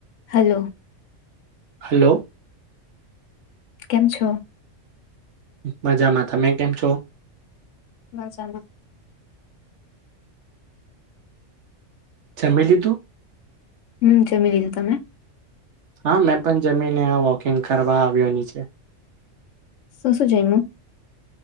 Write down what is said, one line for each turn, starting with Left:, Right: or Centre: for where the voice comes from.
Left: Hello
Right: hello
Left: કેમ છો
Right: મજામાં તમે કેમ છો
Left: મજામાં
Right: જમી લીધું
Left: હમ જમી લીધું તમે
Right: હા મેં પણ જમીને આ વોકિંગ કરવા આવ્યોનીચે
Left: શુંસું જયમુ